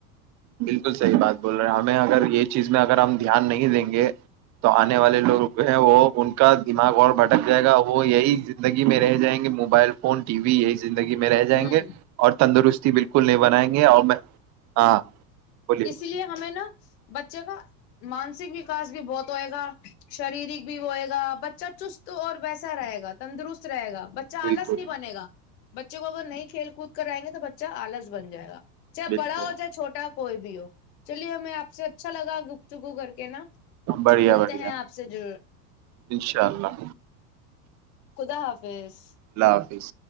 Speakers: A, on the right (about 35°); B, on the left (about 75°).
A: بالکل صحیح بات بول رہے ہیں آپ اگر یہ چیز میں اگر ہم دھیان نہیں دیں گے تو آنے والے لوگ جو ہے وہ ان کا دماغ اور بھٹک جائے گا وہ یہی زندگی میں رہ جائیں گے موبائل فون ٹی وی یہی زندگی میں رہ جائیں
B: ہوں
A: گے اور تندرست جی بالکل ک نہیں بنائیں گے اور میں ہاں بولیے
B: اس لیے ہمیں نا بچے کا مانسک وکاس بھی بہت ہو گا شریرک بھی ہوئے گا بچہ چست اور ویسا رہے گا تندرست رہے گا بچہ
A: بالکل
B: لس نہیں بنے گا بچے کو اگر نہیں کھیل کود کر آئیں گے تو بچہ آلس بن جائے گا چاہے
A: بالکل
B: بڑا ہو چاہے چھوٹا ہو کوئی بھی ہو <unintelligible> گفتگو کر کے نا
A: بڑھیا
B: ملتے
A: بڑھیا
B: ہیں آپ سے ضرور
A: ان شاء اللہ
B: خدا حافظ
A: اللہ حافظ